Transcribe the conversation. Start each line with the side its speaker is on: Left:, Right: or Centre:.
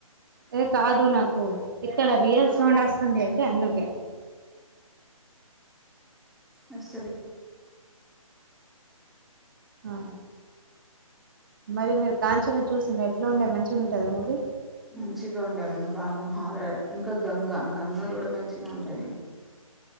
Right: ఏ కాదు నాకు ఇక్కడ రియల్ సౌండ్ వస్తుంది అయితే అందుకే
Centre: అ సర
Right: ఆ మరి మీరు కాంచనా చూసిండ ఎట్లా ఉండేయి మంచిగా ఉంటుది మూవీ
Centre: మంచిగా ఉండదిమ్మా బాగా హార ఇంకా గంగా గంగా కూడా మంచిగా ఉంటది